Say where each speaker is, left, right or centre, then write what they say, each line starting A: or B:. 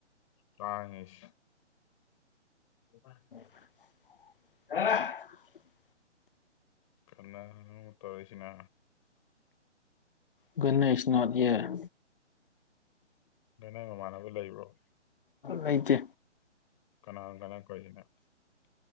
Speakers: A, on the left; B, on the left.
A: ꯇꯥꯡꯉꯦꯁꯦ <unintelligible>
B: <unintelligible>
A: ꯀꯟꯅꯅꯣ ꯑꯃꯨꯛ ꯇꯧꯔꯛꯏꯁꯤꯅꯥ
B: ꯒꯨꯗ ꯅ ꯏꯁ ꯅꯣꯠ ꯏꯌꯔ
A: ꯅꯪ ꯅꯃꯟꯅꯕ ꯂꯩꯕꯔꯣ꯫
B: ꯂꯩꯇꯦ
A: <unintelligible>